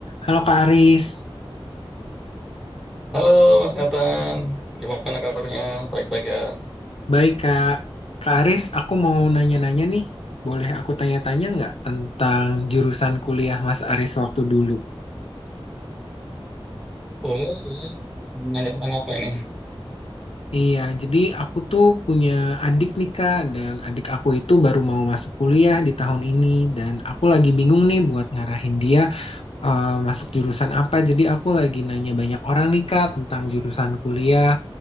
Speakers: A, on the left (about 85°); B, in the centre.
A: Halo Kak Aris,
B: Halo Mas Nathan, gimana kabarnya? Baik-baik ya?
A: baik Kak. Kak Aris, aku mau nanya-nanya nih. Boleh aku tanya-tanya nggak tentang jurusan kuliah Mas Aris waktu dulu?
B: Boleh, boleh. Nanya tentang apa ini?
A: Iya, jadi aku tuh punya adik nih Kak, dan adik aku itu baru mau masuk kuliah di tahun ini, dan aku lagi bingung nih buat ngarahin dia eh, masuk jurusan apa. Jadi aku lagi nanya banyak orang nih Kak tentang jurusan kuliah.